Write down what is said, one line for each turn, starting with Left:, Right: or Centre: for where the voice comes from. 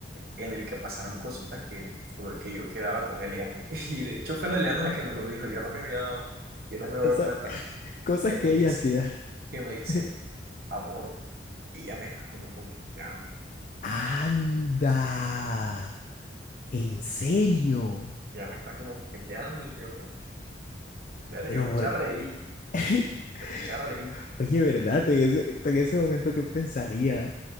Right: en el que pasaron cositas que, que yo quedaba con Eliana. <laughs> Y de hecho fue la Eliana la que me lo dijo. Yo no me había dado, yo no me había
Left: o
Right: dado
Left: sea,
Right: cuenta
Left: <laughs> cosas
Right: que me
Left: que
Right: dice,
Left: ella hacía.
Right: que me dice,
Left: <laughs>
Right: amor, ella me está como coqueteando.
Left: Anda. ¿En serio?
Right: Ella me está como coqueteando y yo como... Bueno,
Left: Pero
Right: yo me
Left: por.
Right: eché a reír,
Left: <laughs>
Right: yo me eché a reír.
Left: Oye, ¿verdad? Tú en ese, tú en ese momento, ¿qué pensaría?